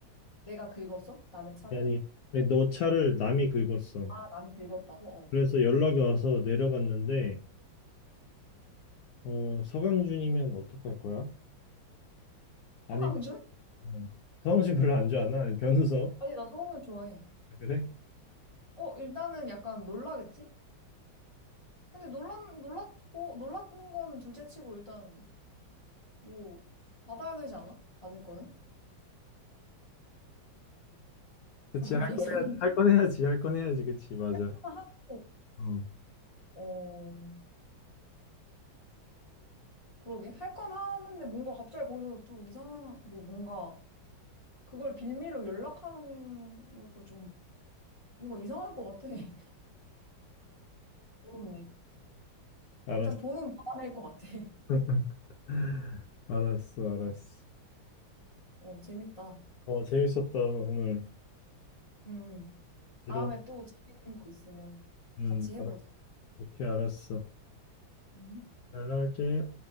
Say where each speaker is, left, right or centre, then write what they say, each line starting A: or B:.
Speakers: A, on the left; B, on the left.
A: 내가 긁었어? 남의 차를?
B: 아니, 아니, 너 차를 남이 긁었어.
A: 아, 남이 긁었다고?
B: 그래서
A: 어.
B: 연락이 와서 내려갔는데, 어, 서강준이면 어떡할 거야? 아니면,
A: 서강준?
B: 어, 서강준 별로 안 좋아하나? 아니, 변우석?
A: 아니, 나 서강준 좋아해.
B: 아, 그래?
A: 어, 일단은 약간 놀라겠지? 근데 놀란, 놀랐고, 놀라는 건 둘째치고 일단 뭐 받아야 되지 않아? 받을 거는? <laughs>
B: 그치,
A: 어, 너무
B: 할
A: 이상한데?
B: 건 해야지, 할 건
A: <laughs>
B: 해야지, 할 건 해야지, 그치, 맞아.
A: 할 거는 하고,
B: 어.
A: 어, 그러게. 할 건 하는데 뭔가 갑자기 거기서 좀 이상한, 뭐 뭔가 그걸 빌미로 연락하는 것도 좀 뭔가 이상할 것 같아. <laughs> 어렵네.
B: 알았어.
A: 일단 돈은 받아낼 것 같아. <laughs>
B: <laughs> 알았어, 알았어.
A: 어, 재밌다.
B: 어, 재밌었다, 오늘.
A: 음.
B: 이런,
A: 다음에 또 재밌는 거 있으면
B: 음,
A: 같이 해보자.
B: 알았어. 오케이, 알았어.
A: 음.
B: 연락할게.